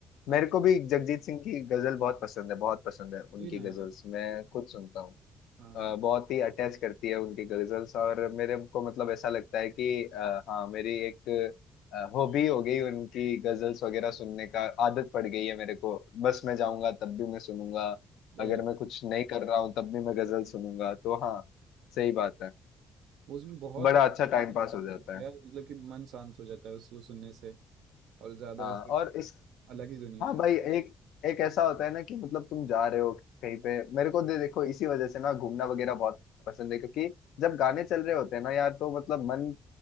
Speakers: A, on the right (about 80°); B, on the left (about 80°).
A: हाँ
B: मेरे
A: cassette
B: को भी जगजीत सिंह की गजल बहुत पसंद है बहुत पसंद है उनकी
A: वही ना
B: गजल्स
A: यार
B: मैं खुद सुनता हूँ
A: हाँ
B: अ, बहुत ही अटैच करती है उनकी गजल्स और मेरे को मतलब ऐसा लगता है कि आ, हाँ मेरी एक हॉबी हो गई उनकी गजल्स वगैरह सुनने का आदत पड़ गई है मेरे को बस मैं जाऊंगा तब भी मैं सुनूंगा
A: भाई
B: अगर मैं कुछ नहीं कर रहा हूँ तब भी मैं गजल सुनूंगा तो हाँ सही बात है
A: उसमें बहुत
B: बड़ा अच्छा टाइम
A: आनंद
B: पास
A: सा
B: हो
A: होता
B: जाता है
A: है यार मतलब कि मन शांत हो जाता है उसको सुनने से और ज्यादा
B: हाँ
A: वैसे
B: और इस
A: अलग ही दुनिया
B: हाँ
A: है
B: भाई एक एक ऐसा होता है ना कि मतलब तुम जा रहे हो कहीं पे मेरे को दे, देखो इसी वजह से ना घूमना वगैरह बहुत पसंद है क्योंकि जब गाने चल रहे होते हैं ना यार तो मतलब मन